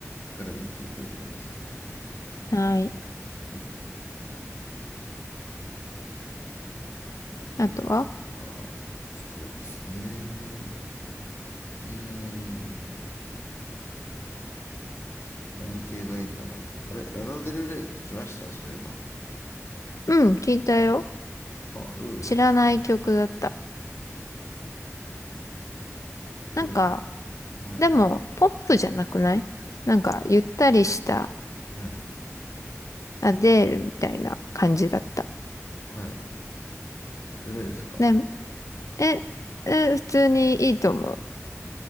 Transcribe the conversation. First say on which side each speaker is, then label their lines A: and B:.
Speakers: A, on the left; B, on the left.
A: 彼も聞いておいてください。は
B: はい。
A: いあと、
B: あとは
A: あ、そうですね。うーん。何系がいいかな。あれ、ラナデルレイ聞きましたそういえば。
B: うん、聞いたよ。
A: あ、どうでしたど
B: 知らない曲だった。なんか、
A: うでしたはい、
B: でも、ポップじゃなくないなんか、ゆったりした
A: はい、
B: アデールみたいな感じだった。
A: はい。ダメですか
B: で、え、え、普通にいいと思うっ